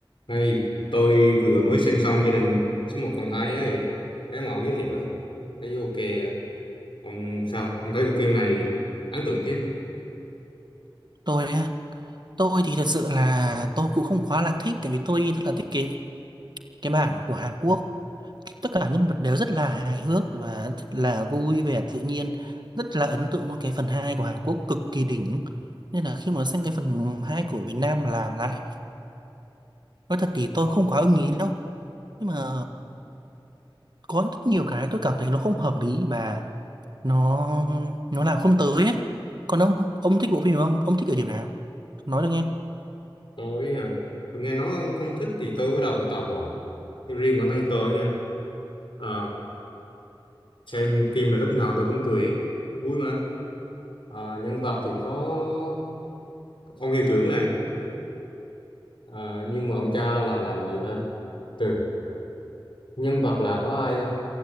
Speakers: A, on the left; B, on the right.
A: Hey, tôi vừa mới xem xong gia đình số một phần 2 ấy, cái mà ông giới thiệu ấy, thấy vô ok à. Ông sao? Ông thấy bộ phim này ấn tượng chứ?
B: tôi á, tôi thì thật sự là tôi cũng không quá là thích tại vì tôi rất là thích cái cái bản của Hàn Quốc tất cả nhân vật đều rất là hài hước và rất là vui vẻ tự nhiên rất là ấn tượng với cái phần 2 của Hàn Quốc cực kỳ đỉnh nên là khi mà xem cái phần 2 của Việt Nam làm lại nói thật thì tôi không quá ưng ý đâu nhưng mà có rất nhiều cái tôi cảm thấy nó không hợp lý và nó nó làm không tới ấy. còn ông ông thích bộ phim này không ông thích ở điểm nào nói được nghe.
A: Tôi, à, tôi nghe nói ông không thích thì tôi bắt đầu mới tò mò. Nhưng riêng bản thân tôi nha, à, xem phim là lúc nào tôi cũng cười ấy, vui mà. À, nhân vật thì có ông hiệu trưởng này, à, nhưng mà ông cha là làm gì ta? Từ nhân vật là có ai?